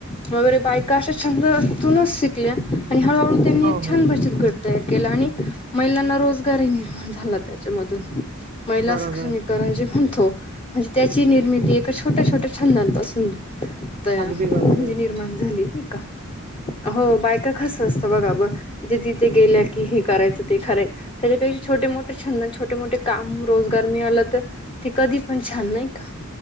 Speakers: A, on the left (about 25°); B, on the right (about 40°).
A: वगैरे बायका अशा छंद अजूनच शिकल्या. आणि हळूहळू त्यांनी
B: हो
A: एक छान
B: हो
A: बचत गट तयार केला आणि, महिलांना रोजगारही निर्माण झाला त्याच्यामधून. महिला
B: बरोबर
A: सक्षमीकरण जे म्ह म्हणतो, म्हणजे त्याची निर्मिती एका छोट्या छोट्या छंदानपासून त
B: अगदी बरोबर
A: म्हणजे निर्माण झाली नाही का? हो. बायका कस अस बघा ब. जे जिथे गेल्या की हे करायचं ते करायच, त्याच्यापेक्षा छोटे मोठे छंद अन छोटे मोठे काम रोजगार मिळालं तर ते कधी पण छान नाही का?